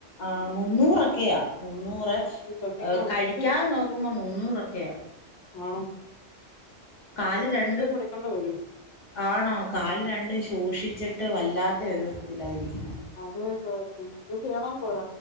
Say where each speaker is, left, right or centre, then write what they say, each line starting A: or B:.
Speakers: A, on the left (about 45°); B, on the left (about 70°).
A: ആഹ് മുന്നൂറൊക്കെയാ മുന്നൂറ്
B: ശ്രദ്ധിക്കണം
A: കഴിക്കാതെ
B: ഇൻസുലിൻ
A: നോക്കുമ്പോ മുന്നൂറൊക്കെയാ.
B: ആണോ
A: കാല് രണ്ട്
B: എടുക്കേണ്ടി വരും
A: ആണോ കാല് രണ്ടും ശോഷിച്ചിട്ട് വല്ലാത്ത ഒരു ഇതിലായിരിക്കുന്ന
B: അത് ഇപ്പോ ഏത് ചെയ്യാണോന്ന് പറ.